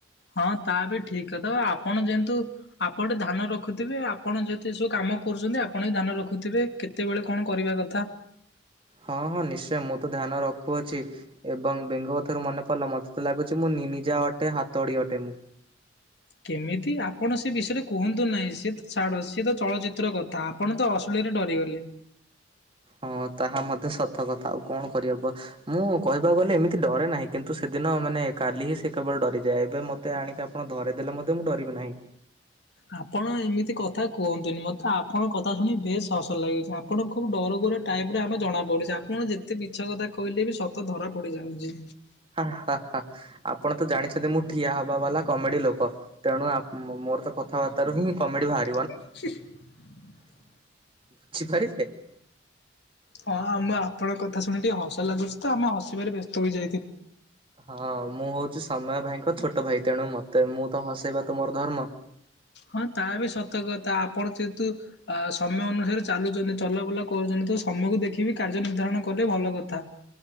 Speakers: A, on the left; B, on the right.
A: ହଁ ତା ବି ଠିକ କଥା ଆପଣ ଯେହେତୁ ଆପଣେ ଧାନ ରଖୁଥିବେ ଆପଣ ଯେତେ ସବୁ କାମ କରୁଛନ୍ତି ଆପଣ ବି ଧାନ ରଖୁଥିବେ କେତେବେଳେ କଣ କରିବା କଥା।
B: ହଁ ହଁ ନିଶ୍ଚୟ ମୁଁ ତ ଧ୍ୟାନ ରଖ ହଉ ଅଛି ଏବଂ ବେଙ୍ଗ କଥାରୁ ମନେ ପଡ଼ିଲା ମତେ ତ ଲାଗୁଛି ମୁଁ ନି ନିିଜା ଅଟେ ହାତଡ଼ି ଅଟେ ମୁଁ,
A: କେମିତି ଆପଣ ସେ ବିଷୟରେ କୁହନ୍ତୁ ନାହିଁ ସିଏ ତ ଛାଡ଼ୁ ସିଏ ତ ଚଳଚିତ୍ର କଥା ଆପଣ ତ ଅଶଳୀରେ ଡରିଗଲେ,
B: ହଁ ତାହା ମଧ୍ୟ ସତ କଥା ଆଉ କଣ କରିହବ ମୁଁ କହିବାକୁ ଗଲେ ଏମିତି ଡରେ ନାହିଁ କିନ୍ତୁ ସେଦିନ ମାନେ କାଲି ହିଁ ସେ କେବଳ ଡରିଯାଏ ଏବେ ମତେ ଆଣିକି ଆପଣ ଧରେଇଦେଲେ ମଧ୍ୟ ମୁଁ ଡରିବି ନାହିଁ।
A: ଆପଣ ଏମିତି କଥା କୁହନ୍ତୁନି ମତେ ଆପଣଙ୍କ କଥା ଶୁଣିିକି ବେଶ ହସ ଲାଗିଛି ଆପଣ ଖୁବ ଡରୁଗରୁ ଟାଇମ୍ ରେ ଆମେ ଜଣା ପଡ଼ୁଛି ଆପଣ ଯେତେ ମିଛ କଥା କହିଲେ ବି ସତ ଧରା ପଡିଯାଉଛି।
B: ହଁ ହଁ ହଁ ଆ ଆପଣ ତ ଜାଣିଛନ୍ତି ମୁଁ ଠିଆ ହବା ବାଲା କମେଡି ଲୋକ ତେଣୁ ମୋ ମୋର୍ କଥାବାର୍ତ୍ତା ରୁ ହିଁ କମେଡ଼ି ଭାଡ୍
A: <unintelligible>
B: <unintelligible> ବୁଝି ପାରିଥିଲେ <unintelligible>
A: ହଁ ଆମ ଆପଣଙ୍କ କଥା ଶୁଣି ଟିକେ ହସ ଲାଗୁଛି ତ ଆମେ ହସିବାରେ ବ୍ୟସ୍ତ ହୋଇଯାଇଥିଲି।
B: ହଁ ମୁଁ ହଉଛି ସମୟ ଭାଇଙ୍କ ଛୋଟ ଭାଇ ତେଣୁ ମତେ ମୁଁ ତ ହସେଇବା ତ ମୋର ଧର୍ମ,
A: ହଁ ତା ବି ସତକଥା ଆପଣ ଯେହେତୁ ଆ ସମୟ ଅନୁସାରେ ଚାଲୁଛନ୍ତି ଚଲାବୁଲା କରୁଛନ୍ତି ତ ସମୟକୁ ଦେଖିବି କାର୍ଯ୍ୟ ନିର୍ଦ୍ଧାରଣ କଲେ ଭଲ କଥା।